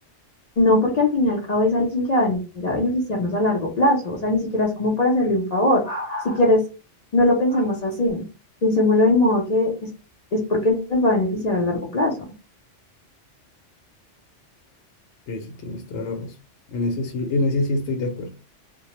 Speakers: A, on the left; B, on the left.
A: no porque al fin y al cabo es alguien que va a venir a beneficiarnos a largo plazo. O sea, ni siquiera es como por hacerle un favor. Si quieres, no lo pensemos así. Pensémoslo en modo que es, es porque nos va a beneficiar a largo plazo.
B: Ok, sí, tienes toda la razón. En ese sí, en ese sí estoy de acuerdo.